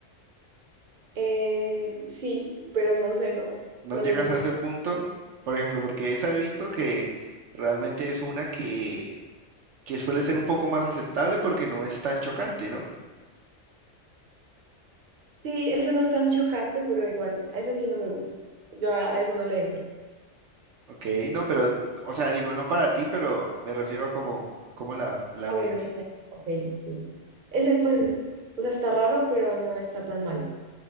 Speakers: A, on the right; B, on the right.
A: Eh, sí, pero no sé, no,
B: ¿No
A: no
B: llegas
A: me gusta.
B: a ese punto? Por ejemplo, porque esa he visto que realmente es una que, que suele ser un poco más aceptable porque no es tan chocante, ¿no?
A: Sí, esa no es tan chocante, pero igual, esa sí no me gusta. Yo a, a eso no le entro.
B: Ok, no, pero, o sea, digo, no para ti, pero me refiero a cómo, cómo la, la
A: Ah,
B: ves.
A: bueno, ya, ya. Ok, sí. Ese pues, o sea, está raro, pero no está tan mal.